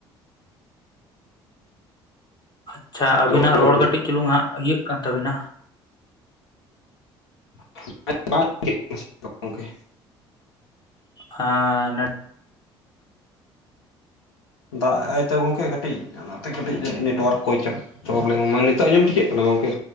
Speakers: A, on the left; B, on the left.
A: ᱟᱪᱪᱷᱟ ᱟᱵᱤᱱᱟᱜ
B: ᱞᱚᱜᱚᱱ
A: ᱨᱚᱲ ᱠᱟᱹᱴᱤᱡ ᱪᱩᱞᱩᱝ ᱦᱟᱸᱜ ᱤᱭᱟᱹᱜ ᱠᱟᱱ ᱛᱟᱵᱤᱱᱟ
B: <unintelligible> ᱜᱚᱝᱠᱮ
A: ᱦᱟᱸ ᱱᱟᱹᱴ
B: ᱫᱟᱜᱽᱟᱜ-ᱟᱭ ᱛᱳ ᱜᱚᱝᱠᱮ ᱠᱟᱹᱴᱤᱡ ᱚᱱᱟᱛᱮ ᱠᱟᱹᱴᱤᱡ ᱡᱟᱹᱱᱤᱡ ᱱᱮᱴᱣᱟᱨᱠ ᱠᱚᱭ ᱪᱚ ᱯᱨᱚᱵᱽᱞᱮᱢ ᱢᱟ ᱱᱤᱛᱚᱜ ᱟᱸᱡᱚᱢ ᱴᱷᱤᱠᱟᱹᱜ ᱠᱟᱱᱟ ᱜᱚᱝᱠᱮ?